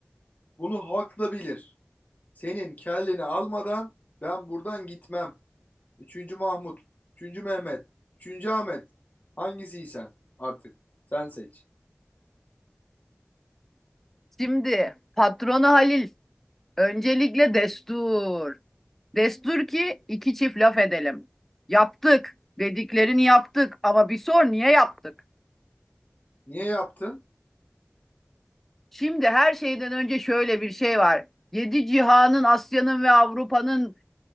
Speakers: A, on the left; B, in the centre.
A: Bunu halk da bilir. Senin kelleni almadan ben buradan gitmem. Üçüncü Mahmut, üçüncü Mehmet, üçüncü Ahmet. Hangisiysen artık sen seç.
B: Şimdi patrona Halil Öncelikle destur. Destur ki iki çift laf edelim. Yaptık. Dediklerini yaptık ama bir sor niye yaptık?
A: Niye yaptın?
B: Şimdi her şeyden önce şöyle bir şey var. Yedi cihanın, Asya'nın ve Avrupa'nın,